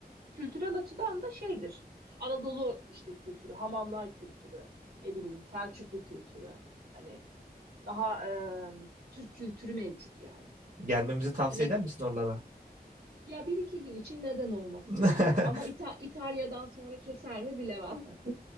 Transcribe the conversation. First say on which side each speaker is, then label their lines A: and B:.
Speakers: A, on the right; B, on the right.
A: Kültürel açıdan da şeydir. Anadolu işte kültürü, hamamlar kültürü, ne bileyim Selçuklu kültürü. Hani daha e, Türk kültürü mevcut yani.
B: Gelmemizi tavsiye
A: Yemek
B: eder misin oralara?
A: ya bir iki gün için neden olmasın
B: <laughs>
A: yani. Ama İta- İtalya'dan sonra keser mi bilemem. <laughs>